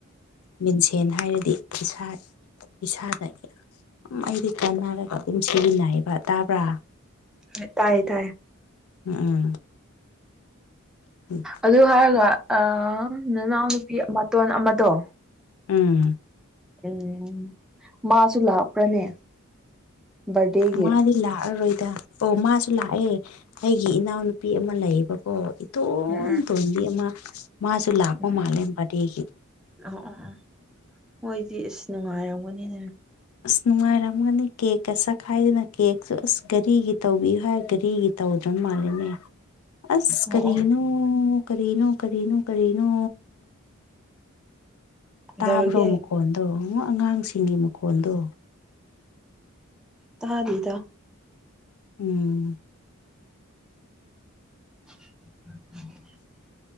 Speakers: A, on the left; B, in the centre.
A: ꯃꯤꯡꯁꯦꯟ ꯍꯥꯏꯔꯗꯤ ꯏꯁꯥ ꯏꯁꯥꯗ ꯌꯥꯝ ꯑꯗꯨꯝ ꯑꯩꯗꯤ ꯀꯥꯟꯅꯔꯒ ꯑꯗꯨꯝ ꯁꯤꯖꯤꯟꯅꯩꯕ ꯇꯥꯕ꯭ꯔꯥ
B: ꯍꯣꯏ ꯇꯥꯏꯌꯦ ꯇꯥꯏꯌꯦ
A: ꯎꯝ ꯎꯝ ꯎꯝ
B: ꯑꯗꯨ ꯍꯥꯏꯔꯒ ꯑꯥ ꯅꯅꯥꯎ ꯅꯨꯄꯤ ꯃꯇꯣꯟ ꯑꯃꯗꯣ
A: ꯎꯝ
B: ꯎꯝ ꯃꯥꯁꯨ ꯂꯥꯛꯄ꯭ꯔꯅꯦ ꯕꯥꯔꯗꯦꯒꯤ
A: ꯃꯥꯗꯤ ꯂꯥꯛꯑꯔꯣꯏꯗ ꯑꯣ ꯃꯥꯁꯨ ꯂꯥꯛꯑꯦ ꯑꯩꯒꯤ ꯏꯅꯥꯎꯅꯨꯄꯤ ꯑꯃ ꯂꯩꯌꯦꯕꯀꯣ ꯏꯇꯣꯟ
B: ꯎꯝ ꯎꯝ
A: ꯇꯣꯟꯕꯤ ꯑꯃ ꯃꯥꯁꯨ ꯂꯥꯛꯄ
B: ꯎꯝ ꯎꯝ
A: ꯃꯥꯜꯂꯦ ꯕꯥꯔꯠꯗꯦꯒꯤ
B: ꯑꯣ ꯑꯣ ꯃꯣꯏꯗꯤ ꯑꯁ ꯅꯨꯡꯉꯥꯏꯔꯝꯒꯅꯤꯅꯦ
A: ꯑꯁ ꯅꯨꯡꯉꯥꯏꯔꯝꯒꯅꯤ ꯀꯦꯛꯀ ꯆꯥꯈꯥꯏꯗꯅ ꯀꯦꯛꯁꯨ ꯑꯁ ꯘꯔꯤꯒꯤ ꯇꯧꯕꯤꯌꯨ ꯍꯥꯏ ꯘꯔꯤꯒꯤ ꯇꯧꯗꯔ ꯃꯥꯜꯂꯦꯅꯦ ꯑꯁ
B: ꯑꯣ
A: ꯀꯔꯤꯅꯣ
B: ꯑꯣ
A: ꯀꯔꯤꯅꯣ ꯀꯔꯤꯅꯣ ꯀꯔꯤꯅꯣ
B: ꯀꯩꯗꯧꯔꯒꯦ
A: ꯇꯥꯕ꯭ꯔꯣ ꯃꯈꯣꯟꯗꯣ ꯑꯉꯥꯡꯁꯤꯡꯒꯤ ꯃꯈꯣꯟꯗꯣ
B: ꯇꯥꯗꯦꯗ
A: ꯎꯝ
B: <unintelligible>